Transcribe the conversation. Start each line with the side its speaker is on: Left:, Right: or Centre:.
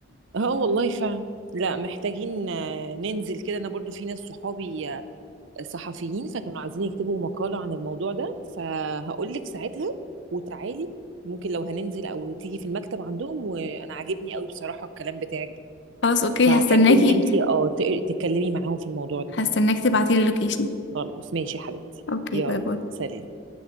Right: اه والله فعلا لا محتاجين آه، ننزل كده انا برضو في ناس صحابي آه، صحفيين فكانوا عايزين يكتبوا مقالة عن الموضوع ده فهقول لك ساعتها وتعالي ممكن لو هننزل او تيجي في المكتب عندهم وانا عاجبني قوي بصراحة الكلام بتاعك ده
Left: خلاص اوكي
Right: فاحب
Left: هستناكي
Right: ان انتي اه تق- تتكلمي معاهم في الموضوع ده
Left: هستناك تبعتيلي اللوكيشن
Right: خلاص ماشي يا حبيبتي
Left: اوكي
Right: يلا
Left: باي باي
Right: سلام